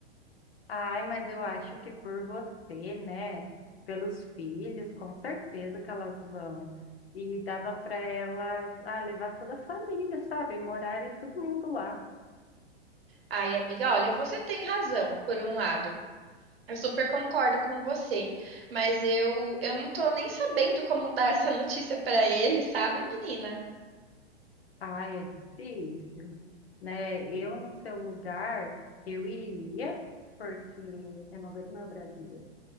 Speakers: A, on the left; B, on the right.
A: Ai, mas eu acho que por você, né? Pelos filhos, com certeza que elas vão. E dava para elas, ah, levar toda a família, sabe? Morarem todo mundo lá.
B: Ai, amiga, olha, você tem razão, por um lado. Eu super concordo com você, mas eu eu não tô nem sabendo como dar essa notícia pra ele, sabe, menina?
A: Ai, é difícil, né? Eu, no seu lugar, eu iria, porque eu não aguento mais o Brasil.